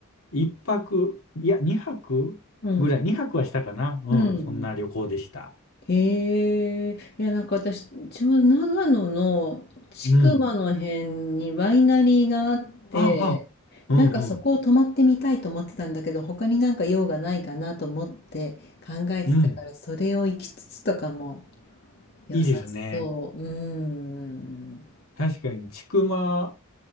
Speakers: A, on the left; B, on the left.
A: 一泊、いや、二泊ぐらい、
B: うん。
A: 二泊はしたかな。うん、
B: うん。
A: そんな旅行でした。
B: へえ、いやなんか私、ちょうど長野の千曲の辺にワイナリーがあって、
A: うん。ああ、うんうん、
B: なんかそこを泊まってみたいと思ってたんだけど、他になんか用がないかなと思って考えてたから、
A: うん。
B: それを行きつつとかも良さそう。
A: いいですね。
B: うーん。
A: 確かに、ちくま